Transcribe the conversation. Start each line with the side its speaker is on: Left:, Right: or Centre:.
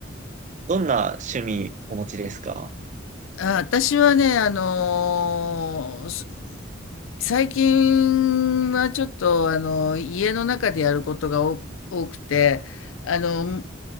Right: どんな趣味お持ちですか
Left: あ、私はね、あのーす最近はちょっと、あの、家の中でやることが多多くて、あの、